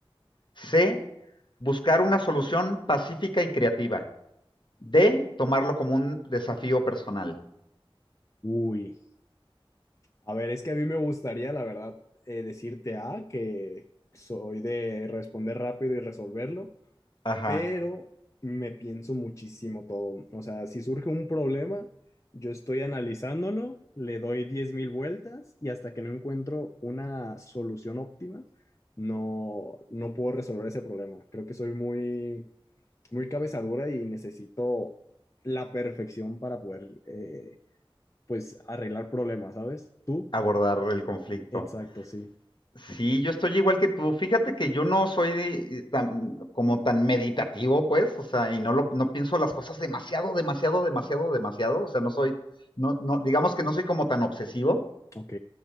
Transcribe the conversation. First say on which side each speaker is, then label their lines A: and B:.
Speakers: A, on the left; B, on the left.
A: C, buscar una solución pacífica y creativa. D, tomarlo como un desafío personal.
B: Uy, a ver, es que a mí me gustaría, la verdad, eh, decirte A, que soy de responder rápido y resolverlo,
A: Ajá,
B: pero me pienso muchísimo todo. O sea, si surge un problema, yo estoy analizándolo, le doy 10.000 vueltas y hasta que no encuentro una solución óptima, no, no puedo resolver ese problema. Creo que soy muy muy cabezadura y necesito la perfección para poder, eh, pues, arreglar problemas, ¿sabes? ¿Tú?
A: abordar el conflicto.
B: Exacto, sí.
A: Sí, yo estoy igual que tú. Fíjate que yo no soy de- eh, tan, como tan meditativo, pues, o sea, y no, lo, no pienso las cosas demasiado, demasiado, demasiado, demasiado. O sea, no soy, no, no, digamos que no soy como tan obsesivo,
B: Ok,